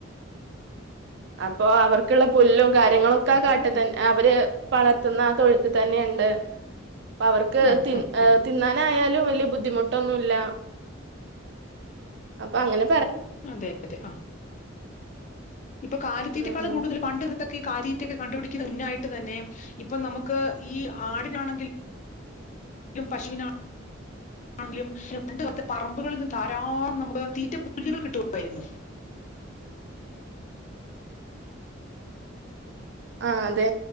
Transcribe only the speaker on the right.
അപ്പൊ അവർക്കുള്ള പുല്ലും കാര്യങ്ങളൊക്കെ
കാട്ട തന്നെ അവര് വളർത്തുന്ന ആ തൊഴുത്ത് തന്നെയുണ്ട് അ അവർക്ക്
തി
തിന്നാനായാലും വലിയ ബുദ്ധിമുട്ടൊന്നുമല്ല അപ്പൊ അങ്ങനെ
ആഹ്
ആഹ അതെ